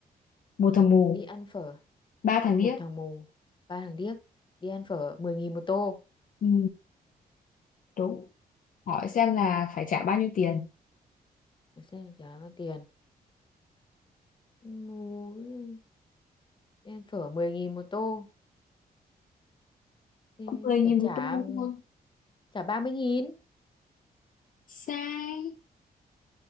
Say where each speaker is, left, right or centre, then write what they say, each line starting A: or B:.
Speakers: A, on the left; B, on the left.
A: Một thằng mù,
B: đi ăn phở
A: ba thằng điếc.
B: một thằng mù ba thằng điếc đi ăn phở mười 000 một tô
A: Ừ. Đúng. Hỏi xem là phải trả bao nhiêu tiền?
B: Để xem trả bao tiền Mú Em phở 10.000 một tô Thì
A: mười nghìn
B: phải
A: một
B: trả
A: tô
B: um,
A: thôi.
B: Trả ba mươi nghìn
A: Sai.